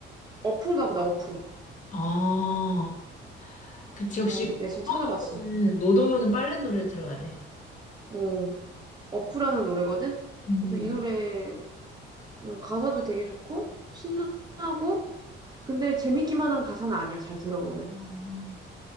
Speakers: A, on the right; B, on the left.
A: 어프인가 보다 어프.
B: 아, 그치, 역시
A: 어, 내가 지금
B: 노동요는,
A: 찾아봤어.
B: 노동요는 빨래 노래 들어야 돼.
A: 어, 어프라는 노래거든.
B: 음.
A: 그래서 이 노래 음, 가사도 되게 좋고 신나고 근데 재밌기만 한 가사는 아니야. 잘 들어보면
B: 음.